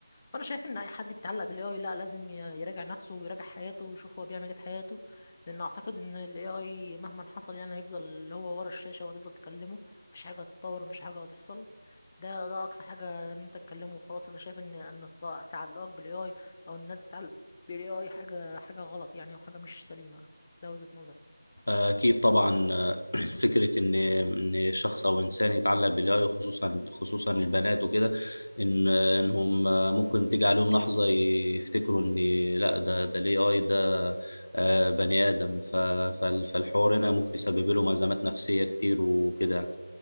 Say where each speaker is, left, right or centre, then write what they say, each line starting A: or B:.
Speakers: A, on the left; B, on the left.
A: فانا شايف ان اي حد بيتعلق بالاي اي لا لازم ي- يراجع نفسه ويراجع حياته ويشوف هو بيعمل ايه في حياته لان اعتقد ان الاي اي مهما حصل يعني هيفضل هو ورا الشاشه وهتفضل تكلمه مفيش حاجه هتتطور مفيش حاجه هتحصل ده ده اقصى حاجه ان انت تكلمه وخلاص انا شايف ان ان تع- تعلقك بالاي اي او الناس بتتعلق بالاي اي حاجه حاجه غلط يعني وحاجه مش سليمه ده وجهه نظري
B: أكيد طبعا آه، <clears throat> فكرة إن إن شخص أو إنسان يتعلق بالآي خصوصا خصوصا البنات وكده إن إنهم ممكن تيجي عليهم لحظة يفتكروا إن لا ده ده ال AI ده آه، بني آدم ف- فال- فالحوار هنا ممكن يسبب لهم أزمات نفسية كتير وكده يعني.